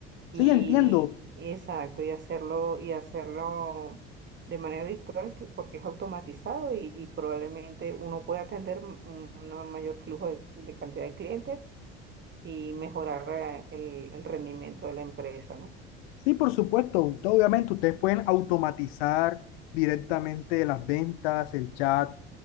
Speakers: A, on the right; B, on the left.
A: Y
B: Sí, entiendo.
A: exacto, y hacerlo, y hacerlo de manera virtual que- porque es automatizado y, y probablemente uno puede atender un un mayor flujo de de cantidad de clientes y mejorar eh, el, el rendimiento de la empresa, ¿no?
B: Sí, por supuesto. to- Obviamente, ustedes pueden automatizar directamente las ventas, el chat,